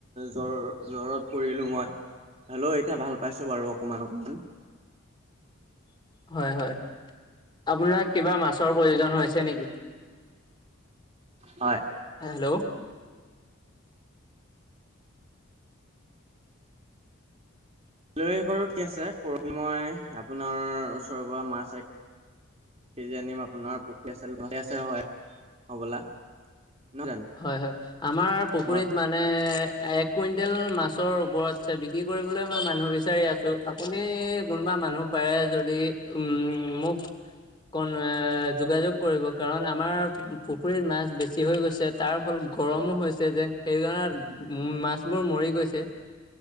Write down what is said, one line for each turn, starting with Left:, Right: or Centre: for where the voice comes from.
Right: জ-জ্বৰত পৰিলো মই। হেল্ল' এতিয়া ভাল পাইছোঁ বাৰু অকমান অকমান।
Left: হয় হয়। আপোনাৰ কিবা মাছৰ প্ৰয়োজন হৈছে নেকি?
Right: হয়।
Left: হেল্ল'।
Right: লৈ বাৰু ঠিক আছে, পৰহিল মই আপোনাৰ ওচৰৰপৰা মাছ এক কেজি আনিম আপোনাৰ পুখুৰী আছে, ঠিকে আছে হয়, হ'বলা। নহয় জানো
Left: হয় হয়। আমাৰ পুখুৰীত
Right: হয়।
Left: মা মানে এক কুইণ্টেল মাছৰ ওপৰত আছে, বিক্ৰী কৰিবলৈ মই মানুহ বিচাৰি আছোঁ। আপুনি কোনোবা মানুহ পাৰে যদি উম, মোক কন এ, যোগাযোগ কৰিব কাৰণ আমাৰ পুখুৰীত মাছ বেছি হৈ গৈছে। তাৰফল গৰমো হৈছে যে সেইকাৰণে উ, মাছবোৰ মৰি গৈছে।